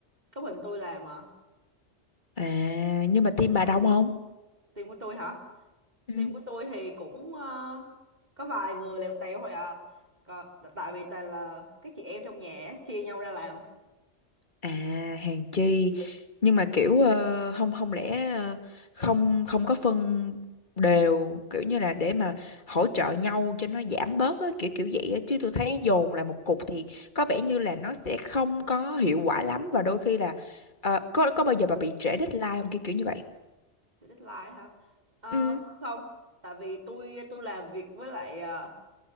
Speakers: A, on the right; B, on the left.
A: có mình tôi làm à
B: à nhưng mà team bà đông không?
A: team của tôi hả
B: Ừ.
A: team của tôi thì cũng ờ, có vài người lèo tèo thôi à Còn, tại vì toàn là các chị em trong nhà á, chia nhau ra làm
B: À hàng chi nhưng mà kiểu ờ, không không lẽ ờ, không không có phân đều kiểu như là để mà hỗ trợ nhau cho nó giảm bớt á, kiểu kiểu vậy á chứ tôi thấy dồn lại một cục thì có vẻ như là nó sẽ không có hiệu quả lắm và đôi khi là ờ, có có bao giờ bà bị trễ deadline không kiểu kiểu như vậy.
A: thì deadline hả Ờ,
B: Ừ.
A: không tại vì tôi tôi làm việc với lại ờ,